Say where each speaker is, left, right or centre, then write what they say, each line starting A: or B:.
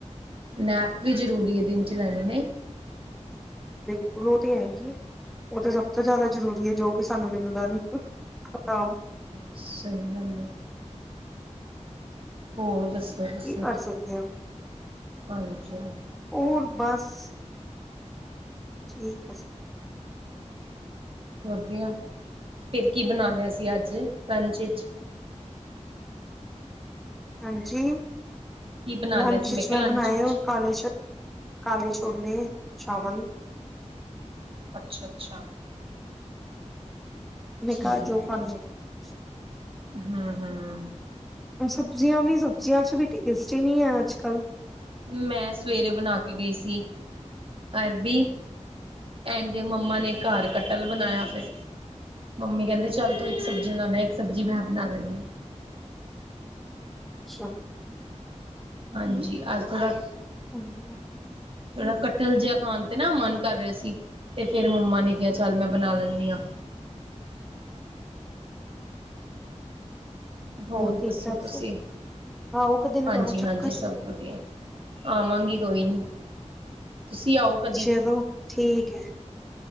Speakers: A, on the right; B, in the centre.
A: ਨੈਪ ਵੀ ਜ਼ਰੂਰੀ ਹੈ, ਦਿਨ ਚ ਲੈਣੀ ਨੇ
B: ਬਿਲਕੁਲ, ਉਹ ਤੇ ਹੈ ਹੀ ਹੈ। ਉਹ ਤੇ ਸਭ ਤੋਂ ਜ਼ਿਆਦਾ ਜ਼ਰੂਰੀ ਹੈ, ਜੋ ਕਿ ਸਾਨੂੰ ਮਿਲਦਾ ਨੀ ਹ
A: ਸਹੀ ਗੱਲ ਏ। ਹੋਰ ਦੱਸੋ, ਤੁਸੀਂ,
B: ਕੀ ਕਰ ਸਕਦੇ ਹਾਂ
A: ਹਾਂਜੀ।
B: ਉਹ ਹੁਣ ਬਸ। ਠੀਕ ਹੈ,
A: ਵਧੀਆ, ਫਿਰ ਕੀ ਬਣਾ ਲਿਆ ਸੀ ਅੱਜ ਲੰਚ ਵਿੱਚ?
B: ਹਾਂਜੀ,
A: ਕੀ ਬਣਾ
B: ਲੰਚ
A: ਲਿਆ ਸੀ
B: ਚ
A: ਕਿਹਾ
B: ਮੈਂ
A: ਲੰਚ
B: ਬਣਾਏ
A: ਵਿੱਚ
B: ਕਾਲੇ ਛੋਲੇ। ਕਾਲੇ ਛੋਲੇ ਚਾਵਲ।
A: ਅੱਛਾ, ਅੱਛਾ।
B: ਮੈਂ
A: ਠੀਕ
B: ਕਿਹਾ ਜੋ ਖਾਂਦੇ
A: ਹੈ,
B: ਆ
A: ਹਾਂ ਹਾਂ।
B: ਸਬਜ਼ੀਆਂ ਵੀ ਸਬਜ਼ੀਆਂ ਚ ਵੀ ਟੇਸਟ ਹੀ ਨਹੀਂ ਹੈ, ਅੱਜ ਕੱਲ੍ਹ।
A: ਮੈਂ ਸਵੇਰੇ ਬਣਾ ਕੇ ਗਈ ਸੀ ਅਰਬੀ। ਐਂਡ ਮੰਮਾ ਨੇ ਘਰ ਕਟਲ ਬਣਾਇਆ ਫਿਰ। ਮੰਮੀ ਕਹਿੰਦੇ ਚੱਲ, ਤੂੰ ਇੱਕ ਸਬਜ਼ੀ ਤੂੰ ਬਣਾ ਲੈ। ਇੱਕ ਸਬਜ਼ੀ ਮੈਂ ਬਣਾ ਲੈਂਦੀ ਹਾਂ
B: ਅੱਛਾ,
A: ਹਾਂਜੀ, ਅਜ ਥੋੜ੍ਹਾ
B: ਹੁੰਦੀਆਂ, ਆਉਦੀਆਂ।
A: ਮੇਰਾ, ਕਟਲ ਜਿਹਾ ਖਾਣ ਤੇ ਨਾ ਮਨ ਕਰ ਰਿਹਾ ਸੀ। ਤੇ ਫੇਰ ਮੰਮਾ ਨੇ ਕਿਹਾ ਚੱਲ, ਮੈਂ ਬਣਾ ਲੈਂਦੀ ਹਾਂ। ਹੋਰ,
B: ਠੀਕ
A: ਦੱਸੋ
B: ਠਾਕ
A: ਤੁਸੀਂ,
B: ਸਭ ਆਓ ਕਦੇ ਲਗਾਓ
A: ਹਾਂਜੀ
B: ਚੱਕਰ
A: ਹਾਂਜੀ, ਸਭ ਵਧੀਆ। ਆਵਾਂਗੀ ਕੋਈ ਨੀ, ਤੁਸੀਂ ਆਓ। ਕਦੀ
B: ਚਲੋ ਠੀਕ ਹੈ।